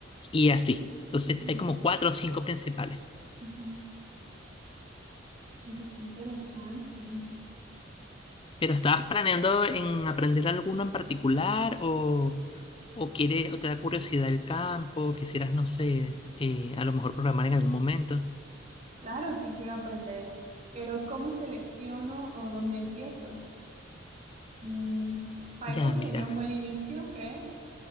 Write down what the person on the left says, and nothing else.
Y así. Entonces,
hay como cuatro o cinco principales.
Pero ¿estabas planeando en aprender alguno en particular o, O quiere, o te da curiosidad el campo, quisieras, no sé, eh, a lo mejor programar en algún momento.
Ya, mira.